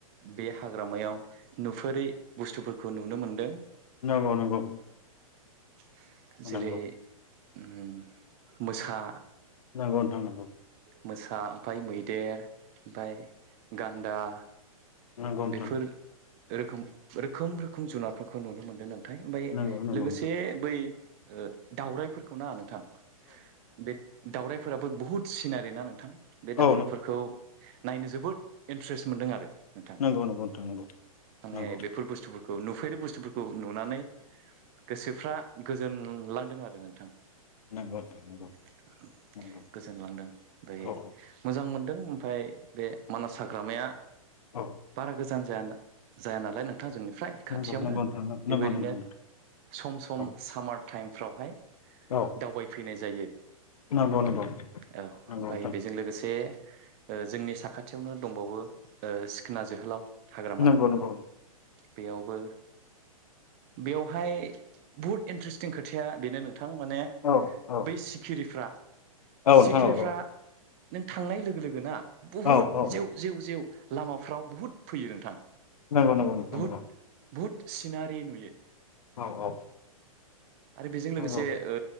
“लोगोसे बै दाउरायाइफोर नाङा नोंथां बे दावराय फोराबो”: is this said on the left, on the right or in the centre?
Right